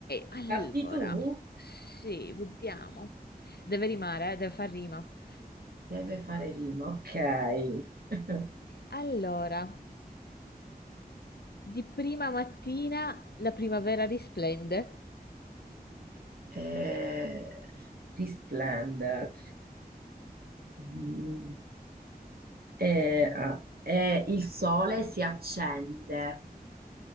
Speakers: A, on the left; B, on the right.
A: allora,
B: Parti tu?
A: sì, vediamo. Deve rimare, eh, deve far rima.
B: Deve fare rima, ok. <laughs>
A: Allora, di prima mattina la primavera risplende.
B: Eh, risplende. Mm, eh, ah, eh, il sole si accende.